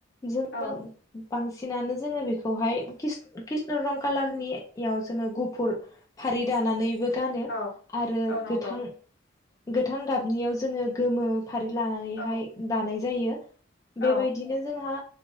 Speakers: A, on the left (about 15°); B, on the left (about 65°).
A: जोङो
B: औ
A: बांसिनानो जोङो बेखौहाय किस-किष्ण रं कालारनियाव जोङो गुफुर फा रि दानानैबो गानो
B: औ
A: आरो
B: औ नंगौ
A: गोथां गोथां गाबनियाव जोङो गोमो फारि लानानैहाय
B: औ
A: दानाय जायो।
B: औ
A: बेबायदिनो जोंहा